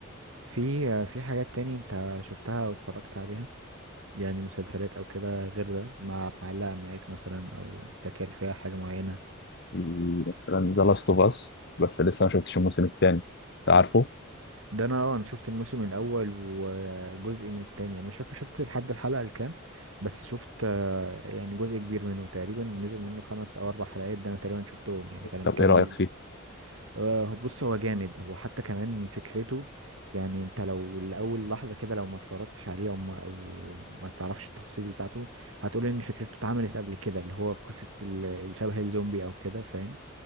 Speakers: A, on the right; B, on the left.
A: في آه، في حاجات تاني انت شفتها او اتفرجت عليها يعني مسلسلات او كده غير ده مع معلقة معاك مثلا او فاكر فيها حاجة معينة
B: في مثلا ذا لاست اوف اس بس لسه ما شفتش الموسم الثاني انت عارفه
A: ده انا اه انا شفت الموسم الاول وجزء من التاني انا مش فاكر شفت لحد الحلقة الكام بس شفت آه، يعني جزء كبير منه تقريبا نزل منه خمس او اربع حلقات ده انا تقريبا شفتهم يعني فانا مكمل
B: طب ايه رأيك فيه؟
A: آه، بص هو جامد هو حتى كمان فكرته يعني انت لو لأول لحظة كده لو ما اتفرجتش عليه او ما, أو ما تعرفش التفاصيل بتاعته هتقول ان فكرته اتعملت قبل كده اللي هو قصة ال- الشبه الزومبي او كده فاهم